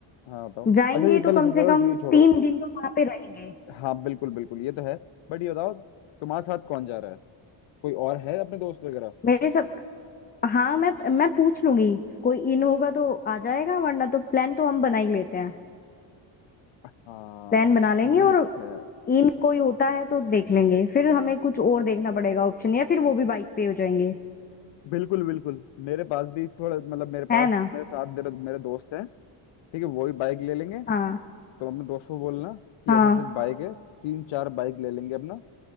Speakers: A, on the left; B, on the left.
A: हाँ बताओ
B: जाएंगे
A: अच्छा ये
B: तो
A: पहले
B: कम
A: चलो
B: से कम
A: ये छोड़ो
B: तीन दिन तो वहां पे रहेंगे
A: हाँ बिल्कुल बिल्कुल ये तो है बट ये बताओ तुम्हारे साथ कौन जा रहा है कोई और है अपने दोस्त वगैरह
B: मेरे साथ हाँ मैं मैं पूछ लूंगी कोई इन होगा तो आ जाएगा वरना तो प्लान तो हम बना ही लेते हैं
A: हाँ
B: प्लान बना
A: ठीक
B: लेंगे और
A: है
B: इन कोई होता है तो देख लेंगे फिर हमें कुछ और देखना पड़ेगा ऑप्शन या फिर वो भी बाइक पे हो जाएंगे
A: बिल्कुल बिल्कुल मेरे पास भी थोड़ा मतलब मेरे पास
B: है ना
A: मेरे साथ मेरे, मेरे दोस्त हैं ठीक है वही बाइक ले लेंगे
B: हाँ
A: तो अपने दोस्त को बोलना कि
B: हाँ
A: ऐसे ऐसे बाइक है तीन चार बाइक ले लेंगे अपना